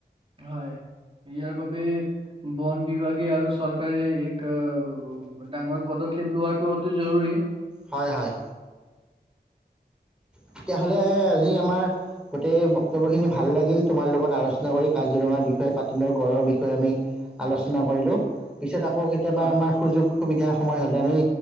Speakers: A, on the right (about 30°); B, in the centre.
A: হয় ইয়াৰ বাবে বন বিভাগে আৰু চৰকাৰে এক- উ ডাঙৰ পদক্ষেপ লোৱাটো অতি জৰুৰী-
B: হয় হয় তেতিয়াহ'লে আজি আমাৰ গোটেই বক্তব্য খিনি ভাল লাগিল তোমাৰ লগত আলোচনা কৰি কাজিৰঙাৰ বিষয়ে পাতিলো গড়ৰ বিষয়ে আমি আলোচনা কৰিলো পিছত আকৌ কেতিয়াবা
A: হয়
B: আমাৰ সুযোগ সুবিধা সময় হলে আমি